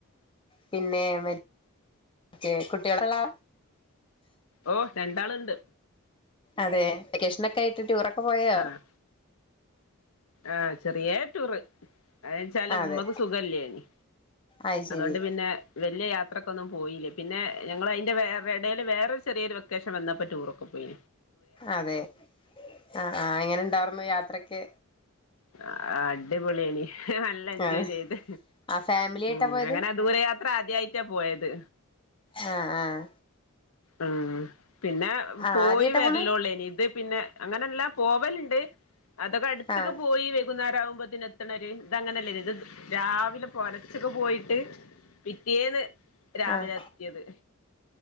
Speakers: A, on the left (about 25°); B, on the left (about 80°).
A: പിന്നെ മറ്റേ കുട്ടികള് ഇള്ള ആളാ?
B: ഓഹ്, രണ്ടാള്ണ്ട്.
A: അതെ വെക്കേഷനൊക്കെ ആയിട്ട് ടൂറൊക്കെ പോയോ?
B: ആഹ് ആഹ് ചെറിയേ ടൂറ്. ഏഅച്ചാല്
A: അതെ
B: ഉമ്മക്ക് സുഖല്ലേനി
A: അത് ശരി
B: അതുകൊണ്ട് പിന്നെ വലിയ യാത്രയ്ക്കൊന്നും പോയില്ലേ പിന്നെ ഞങ്ങൾതി്റെ വേറെ ഇടയിൽ വേറൊ ചെറിയരു വൊക്കേഷൻ വന്നപ്പോൾ ടൂറും ഒക്ക പോയി
A: അതെ ആഹ് ആഹ് ഇങ്ങനെ ഉണ്ടായിരുന്നു യാത്രക്ക്
B: ആഹ് അടിപൊളിയനി നല്ല എൻജോയ്
A: അതെ
B: ചെയ്ത്
A: ആഹ് ഫാമിലി ആയിട്ടാ
B: ഉം
A: പോയത്
B: അങ്ങനെ ദൂരയാത്ര ആദ്യായിട്ടാ പോയത്
A: ആഹ് ആഹ്
B: ഉ പിന്നെ
A: ആഹ്
B: പോയി
A: ആദ്യായിട്ടാ
B: വരലോള്ളേ
A: പോണ്
B: ഇനി ഇത് പിന്നെ അങ്ങനെല്ലാം പോവലുണ്ട് അതൊക്കെ അടുത്തൊക്കെ
A: ആഹ്
B: പോയി വെകുന്നേരം ആകുമ്പോ ണ ഒരു ഇത്ങ്ങനെല്ലേ ഇത് രാവിലെ പലച്ചൊക്കെ പോയിട്ട് പിറ്റേന്ന് രാവിലെ
A: ആഹ്
B: എത്തിയത്